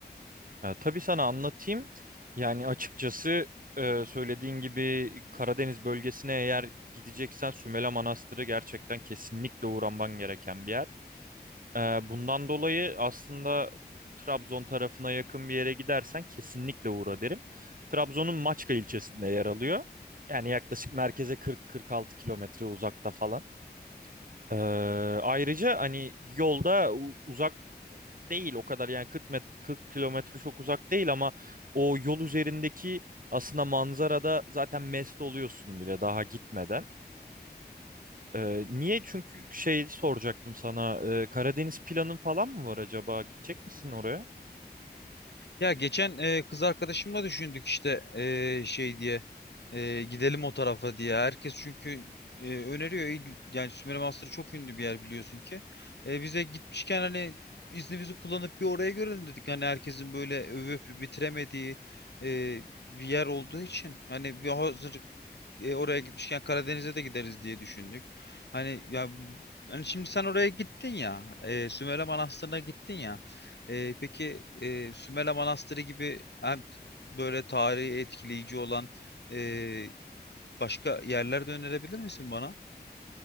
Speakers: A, on the right; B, on the left.
A: Ee, tabii sana anlatayım. Yani açıkçası e, söylediğin gibi Karadeniz bölgesine eğer gideceksen Sümele Manastırı gerçekten kesinlikle uğraman gereken bir yer. Ee, bundan dolayı aslında Trabzon tarafına yakın bir yere gidersen kesinlikle uğra derim. Trabzon'un Maçka ilçesinde yer alıyor. Yani yaklaşık merkeze 40-46 kilometre uzakta falan. Ee, ayrıca hani yolda u- uzak değil o kadar yani 40 met 40 kilometre çok uzak değil ama o yol üzerindeki aslında manzarada zaten mest oluyorsun bile daha gitmeden. Ee, niye? Çünkü şey soracaktım sana. Ee, Karadeniz planın falan mı var acaba? Gidecek misin oraya?
B: Ya geçen e, kız arkadaşımla düşündük işte e, şey diye e, gidelim o tarafa diye. Herkes çünkü e, öneriyor. İl- Yani Sümele Manastırı çok ünlü bir yer biliyorsun ki. E, bize gitmişken hani iznimizi kullanıp bir oraya görelim dedik. Hani herkesin böyle övüp bitiremediği e, bir yer olduğu için. Hani bir hazır e, oraya gitmişken Karadeniz'e de gideriz diye düşündük. Hani ya hani şimdi sen oraya gittin ya, e, Sümele Manastırı'na gittin ya. E, peki e, Sümele Manastırı gibi hem t- böyle tarihi etkileyici olan e, başka yerler de önerebilir misin bana?